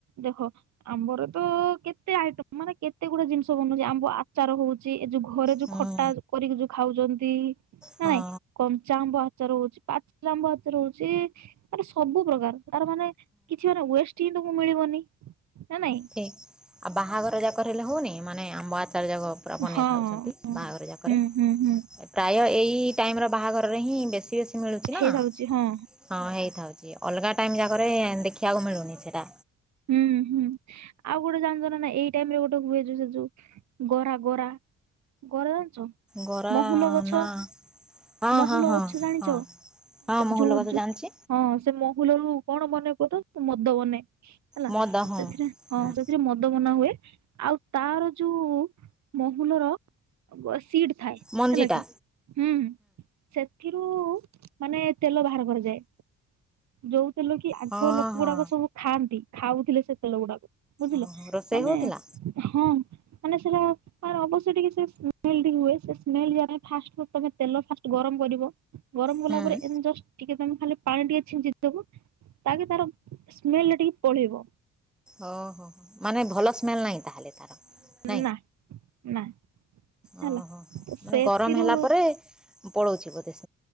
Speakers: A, on the right; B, in the centre.
A: ଦେଖ। ଆମ୍ବର ତ କେତେ ଆଇଟମ ମାନେ କେତେ ଗୁଟେ ଜିନିଷ ବନଉଛି ଆମ୍ବ ଆଚାର ହଉଛି ଏ ଯୋଉ ଘରେ ଯୋଉ
B: ହୁଁ
A: ଖଟା କରିକି ଯୋଉ ଖାଉଛନ୍ତି। ନା
B: ହଁ
A: ନାଇଁ କ ଆମ୍ବ ହଚ ରହୁଛି ପାଚମ୍ବ ହଚ ରହୁଛି ମାନେ ସବୁ ପ୍ରକାର ତାର ମାନେ। କିଛି ମାନ ୱେଷ୍ଟ ହିଁ ତକୁ ମିଳିବନି। ନା ନାଇଁ
B: ଠିକ ଆଉ ବାହାଘର ଯାକହଲେ ହଉନି ମାନେ। ଆମ ବା ଯାକ ପୁରା ବନେଇ
A: ହଁ
B: ଥାଉଛନ୍ତି
A: ହଁ
B: ବାହାଘର ଯାକରେ
A: ହୁଁ ହୁଁ ହୁଁ
B: ପ୍ରାୟ ଏଇ ଟାଇମର ବାହାଘରରେ ହିଁ ବେଶୀ ବେଶୀ ମିଳୁଛି
A: ହେଇଥାଉଛି
B: ନା
A: ହଁ
B: ହଁ ହେଇଥାଉଛି। ଅଲଗା ଟାଇ ଯାକରେ ଦେଖିବାକୁ ମିଳୁନି ସେଟା।
A: ହୁଁ ହୁଁ। ଆଉ ଗୋଟେ ଜାଣିଛ ନା ଏଇ ଟାଇମ ରେ ଗୋଟେ ହୁଏ। ଗରା ଗରା ଗରା।
B: ଗରା
A: ମହୁଲ ଗଛ
B: ନା ହଁ
A: ମହୁଲ
B: ହଁ ହଁ
A: ଗଛ ଜାଣିଛ
B: ହଁ ହଁ ମହୁଲ
A: ଯୋଉ
B: ଗଛ ଜାଣିଛି
A: ହଁ ସେ ଫୁଲରୁ କଣ ବନେଇ କହ ତ ମଦ ବନେ। ହେଲା
B: ମଦ ହଁ
A: ସେଥିରେ ହଁ
B: ହୁଁ
A: ସେଥିରେ ମଦ ବନା ହୁଏ। ଆଉ ତାର ଯୋଉ ମହୁଲର ସିଡ ଥାଏ
B: ମଞ୍ଜିଟା
A: ହେଲା କି ହୁଁ ସେ। ଆଖିରୁ ମାନେ ତେଲ ବାହାର କରାଯାଏ ଯୋଉ। ସେ ଲ କି ଆଗ
B: ହଁ
A: ଲୋକ
B: ହଁ
A: ଗୁଡାକ ସବୁ ଖାଆନ୍ତି। ଖାଉଥିଲେ ସେତେବେଳେ ଗୁଡାକ। ବୁଝିଲ
B: ଓହୋ ରୋଷେଇ
A: ମାନେ
B: ହଉଥିଲା
A: ହଁ। ମାନେ ସେଟାେ ଅବଶ୍ୟ ଟିକେ ସେ ସ୍ଲ ହୁଏ ସେ ସ୍ଲେ ଫାଷ୍ଟ ତମେ ତେଲ ଫାଷ୍ଟ ଗରମ କରିବ। ଗରମ ଗଲା
B: ହୁଁ
A: ପରେମ ଜଷ୍ଟ ଟିକେ ତମେ ଖାଲି ପାଣି ଟିକେ ଅଛିଝିଜକୁ ତାକେ ତାର ସ୍ମେଲ ଟିକେ ପଢିବ।
B: ଓ ହୋ ମାନେ ଭଲ ଲ ନାହିଁ ତାହେଲେ ତାର ନ
A: ନା ନା ହେଲା
B: ଓହୋ ହ
A: ତ
B: ମାନେ
A: ସେଥିରୁ
B: ଗରମ ହେଲା ପରେ ପଳଉଛି ଉପଦେଶ